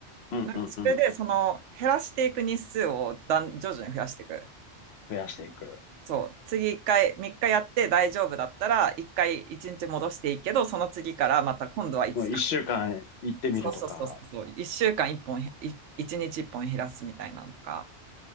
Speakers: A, on the left; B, on the right.
A: うんうんうん。
B: なんかそれでその減らしていく日数をだん徐々に増やしていく。
A: 増やしていく。
B: そう。次一回、3日やって大丈夫だったら、一回一日戻していいけど、その次からまた今度は5日
A: もう一週間行ってみるとか。
B: そうそうそうそうそう。1週間1本へ、い1日1本減らすみたいなのとか。